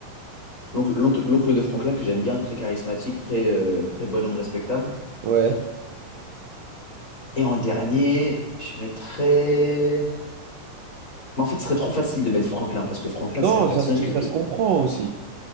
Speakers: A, on the left; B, on the right.
A: L'oncle, l'oncle l'oncle de Franklin que j'aime bien, très charismatique, très, euh, très bonhomme respectable.
B: Ouais.
A: Et en dernier, je mettrais... Mais en fait, ce serait trop facile de mettre Franklin, parce que Franklin,
B: Non,
A: c'est un personnage
B: ça, se-
A: que
B: ça
A: tu...
B: se comprend aussi.